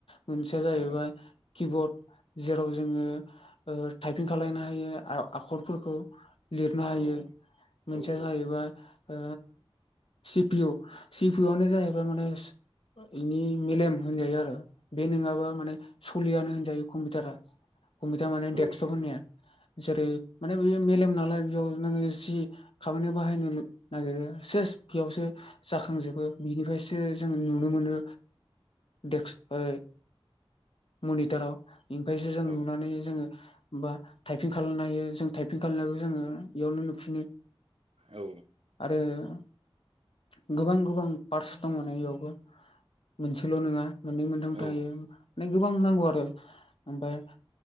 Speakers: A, on the left; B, on the right.
A: मोनसेया जाहैबाय
B: औ
A: किबर्ड जेराव जोङो ओ टाइपिं खालायनो हायो आ आखरफोरखौ लिरनो हायो
B: औ
A: मोनसेया
B: औ
A: जाहैबाय ओ सि पि इउ सिपि इउआनो जाहैबाय माने इनि मेलेम होनजायो आरो बे नोङाबा माने सलियानो होनजायो कम्पिउटारा कम्पिउटार माने
B: औ
A: डेक्सटप होननाया जेरै माने बे मेलेम नालाय बेयाव नोङो जि खामानियाव बाहायनो नागिरो सेस बेयावसो जाखांजोबो बिनिफ्रायसो जों नुनो मोनो डेक्स ऐ मनिटाराव ओमफ्रायसो जों नुनानै
B: औ
A: जोङो बा टाइपिं खालामनो हायो जों टाइपिं खालामनायखौ जोङो इयावनो नुफिनो
B: औ
A: ओ गोबां गोबां पार्टस दङ ना बेयावबो मोनसेल' नङा मोननै मोनथाम
B: ओं ओ
A: थायो
B: ओ औ
A: माने गोबां नांगौ आरो ओमफ्राय